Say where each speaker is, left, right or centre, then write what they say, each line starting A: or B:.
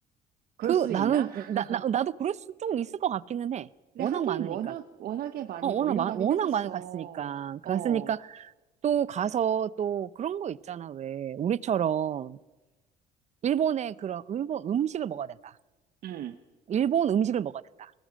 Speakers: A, on the right; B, on the right.
A: 그럴
B: 그,
A: 수
B: 나는,
A: 있나? <laughs>
B: 나, 나, 나도 그럴 수 좀 있을 것 같기는 해.
A: 근데
B: 워낙
A: 하긴
B: 많으니까.
A: 워낙, 워낙에 많이
B: 어, 워낙
A: 몰려가긴
B: 많, 워낙
A: 했었어.
B: 많이 갔으니까. 갔으니까
A: 어,
B: 또 가서 또 그런 거 있잖아, 왜. 우리처럼. 일본의 그런 일본 음식을 먹어야 된다.
A: 음,
B: 일본 음식을 먹어야 된다.